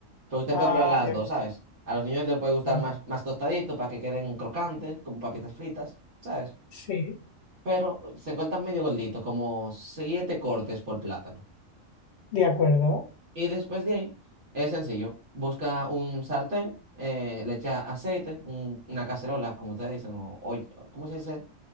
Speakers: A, on the right; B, on the left.
A: Pero usted
B: Ah,
A: puede probar las
B: de
A: dos,
B: acuerdo.
A: ¿sabes? A los niños les puede gustar
B: Vale.
A: más, más tostadito para que queden crocantes, como papitas fritas, ¿sabes?
B: Sí,
A: Pero eh, se cortan medio gordito, como siete cortes por plátano.
B: de acuerdo.
A: Y después de ahí, es sencillo. Busca un sartén, eh, le echa aceite, un- una cacerola, como ustedes dicen, o, olla, ¿cómo se dice?